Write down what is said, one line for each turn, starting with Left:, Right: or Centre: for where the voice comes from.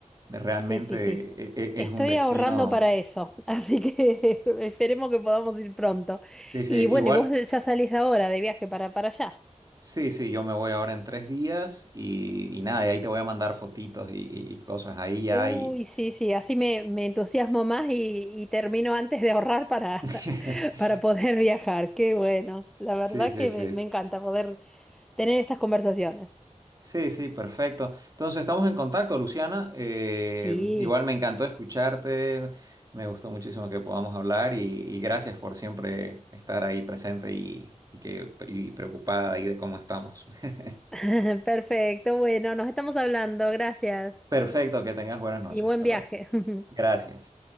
Right: realmente
Centre: Sí, sí, sí.
Right: e- e-
Centre: Estoy
Right: es un destino.
Centre: ahorrando para eso, <laughs> así que <laughs> esperemos que podamos ir pronto.
Right: sí, sí, sí,
Centre: Y bueno,
Right: igual.
Centre: y vos ya salís ahora de viaje para, para allá.
Right: Sí, sí, yo me voy ahora en tres días y, y nada, y ahí te voy a mandar fotitos y, y- y cosas ahí ya
Centre: Uy,
Right: y...
Centre: sí, sí, así me, me entusiasmo más y, y termino antes de ahorrar para,
Right: <laughs>
Centre: <laughs> para poder viajar. Qué bueno, la verdad
Right: Sí, sí,
Centre: que
Right: sí.
Centre: me, me encanta poder tener estas conversaciones.
Right: Sí, sí, perfecto. Entonces, estamos en contacto, Luciana. Eh,
Centre: Sí.
Right: igual me encantó escucharte, me gustó muchísimo que podamos hablar y, y gracias por siempre estar ahí presente y, y que, y preocupada ahí de cómo estamos. <laughs>
Centre: <laughs> Perfecto, bueno, nos estamos hablando, gracias
Right: Perfecto, que tengas buenas noches.
Centre: y buen
Right: Hasta
Centre: viaje.
Right: luego.
Centre: <laughs>
Right: Gracias.